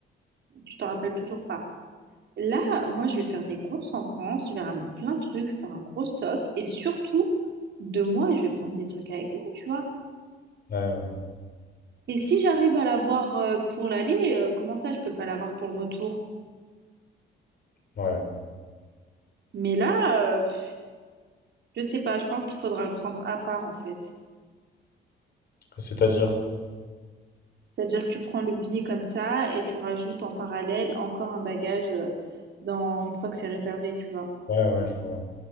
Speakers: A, on the right (about 60°); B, on the left (about 55°).
A: Tu t'en rappelles toujours pas. Là, moi, je vais faire des courses en France, je vais ramener plein de trucs, je vais faire un gros stock et surtout, de moi, je vais prendre des trucs avec moi, tu vois.
B: Ouais,
A: Et si j'arrive à l'avoir euh, pour l'aller, euh, comment ça, je peux pas l'avoir pour le retour?
B: ouais. ouais.
A: Mais là, euh, pff, je sais pas, je pense qu'il faudra le prendre à part en fait.
B: C'est-à-dire?
A: C'est-à-dire que tu prends le billet comme ça et tu rajoutes en parallèle encore un bagage euh, dans une fois que c'est réservé, tu vois.
B: Ouais, ouais, je vois.